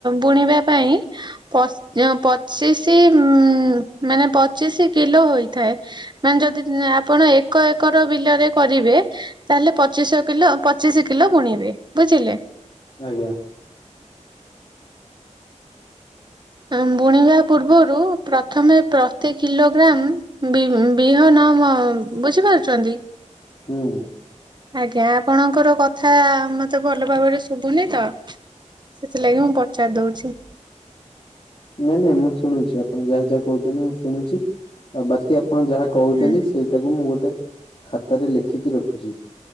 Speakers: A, on the right; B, on the left.
A: ବୁଣିବା ପାଇଁ ପଚ୍ ପଚିଶି ଉଁ ମାନେ ପଚିଶି କିଲୋ ହୋଇଥାଏ। ମାନେ ଯଦି ଆପଣ ଏ ଏକ ଏକର ବିଲରେ କରିବେ ତାହେଲେ ପଚିଶ କିଲୋ ପଚିଶ କିଲୋ ବୁଣିବେ ବୁଝିଲେ।
B: ଆଜ୍ଞା।
A: ଆଁ ବୁଣିବା ପୂର୍ବରୁ ପ୍ରଥମେ ପ୍ରତି କିଲୋଗ୍ରମ୍ -- ବିମ୍ ବିହନ ମ୍ ବୁଝିପାରୁଚନ୍ତି।
B: ହୁଁ
A: ଆଜ୍ଞା ଆପଣଙ୍କର କଥା ମତେ ଭଲ ଭାବରେ ଶୁଭୁନି ତ- - ସେଥିଲାଗି ମୁଁ ପଚାରି ଦଉଚି।
B: ନାଇଁ ନାଇଁ ମୁଁ ଶୁଣୁଛି। ଆପଣ ଯାହା ଯାହା କହୁଚନ୍ତି ମୁଁ ଶୁଣୁଛି। ଆଉ ବାକି ଆପଣ ଯାହା କହୁଚନ୍ତି
A: ହୁଁ।
B: ସେଇଟାକୁ ମୁଁ ଗୋଟେ ଖାତାରେ ଲେଖିକି ରଖୁଚି।